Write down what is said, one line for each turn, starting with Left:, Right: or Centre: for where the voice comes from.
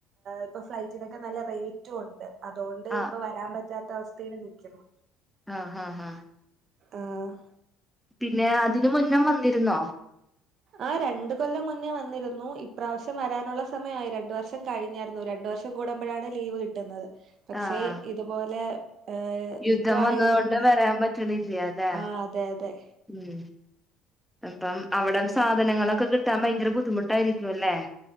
Right: ഇപ്പ ഫ്ലൈറ്റിനൊക്കെ നല്ല റേറ്റും ഉണ്ട്. അതുകൊണ്ട്
Centre: ആഹ്
Right: ഇപ്പൊ വരാ പറ്റാത്ത അവസ്ഥയില് നിയ്ക്കുന്നു.
Centre: ആഹ ആഹ ആഹ്.
Right: ആഹ്
Centre: പിന്നെ അതിന് മുന്നെ വന്നിരുന്നോ?
Right: ആഹ് രണ്ട് കൊല്ലം മുന്നേ വന്നിരുന്നു ഇപ്രാവശ്യം വരാനുള്ള സമയ ആയി രണ്ട് വർഷം കഴിഞ്ഞായിരുന്നു രണ്ട് വർഷം സം കൂടുമ്പോഴാണ് ലീവ് കിട്ടുന്നത് പക്ഷെ
Centre: ആഹ്
Right: ഇതുപോലെ ഏഹ്
Centre: യുദ്ധം
Right: യുദ്ധ
Centre: വന്നതോണ്ട്
Right: ആയത് കൊണ്ട്
Centre: വരാൻ പറ്റണില്ല അല്ലെ
Right: ആഹ് അതെ അതെ
Centre: ഉം അപ്പം അവിടെ സാധനങ്ങളൊക്കെ കിട്ടാൻ ഭയങ്കര ബുദ്ധിമുട്ടായിരിക്കും അല്ലേ?